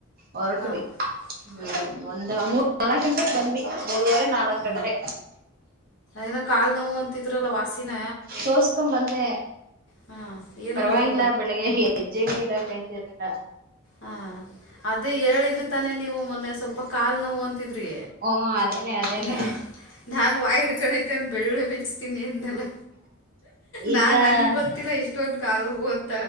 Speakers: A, on the right; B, on the left.
A: ಹೊರಟ್ವಿ,
B: ಹಾ
A: ಹ್ಮ್
B: ಹಾ
A: ಒಂದಮು ನಾಲ್ಕು ಗಂಟೆಗೆ ಬಂದ್ವಿ. ಮೂರವರೆ ನಾಲ್ಕ್
B: ಹಾ
A: ಗಂಟೆ
B: ಏನೋ ಕಾಲ್ ನೋವು ಅಂತಿದ್ರಲ್ಲ, ವಾಸಿನ?
A: ತೋರ್ಸ್ಕೊಂಡ್ ಬಂದೆ.
B: ಹಾಂ ಏನಂದ್ರು
A: ಪರವಾಗಿಲ್ಲ ಬೆಳಿಗ್ಗೆ ಹೆಜ್ಜೆ ನೀಡಕಾಯ್ ತಿರ್ಲಿಲ್ಲ.
B: ಹಾ ಅದೇ ಹೇಳಿದ್ರಿ ತಾನೇ ನೀವು ಮೊನ್ನೆ ಸ್ವಲ್ಪ ಕಾಲ್ ನೋವು ಅಂತಿದ್ರಿ
A: ಹ್ಮ ಅದೇನೆ ಅದೇನೆ
B: ನ ನಾನ್ ವಾಯ್ ಹಿಡ್ ಕಣ್ಣಿತನ್ ಬೆಳ್ಳುಳ್ಳಿ ಬಿಡ್ಸ್ ತಿನಿ ಅಂದ್ನಲ್ಲ ನಾನ್
A: ಇಲ್ಲ
B: ನನಗ್ ಗೊತ್ತಿಲ್ಲ ಇಷ್ಟೊಂದ್ ಕಾಲು ಓದ್